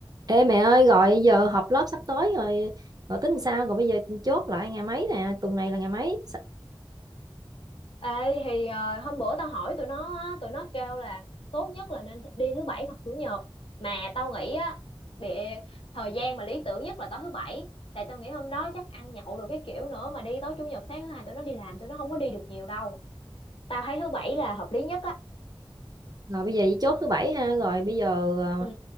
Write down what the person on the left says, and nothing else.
Ê, thì ờ, hôm bữa tao hỏi tụi nó á, tụi nó kêu là tốt nhất là nên đi thứ bảy hoặc chủ nhật mà tao nghĩ á bị thời gian mà lý tưởng nhất là tối thứ bảy tại tao nghĩ hôm đó chắc ăn nhậu được cái kiểu nữa mà đi tối chủ nhật sáng thứ hai tụi nó đi làm tụi nó không có đi được nhiều đâu tao thấy thứ bảy là hợp lý nhất á
ừ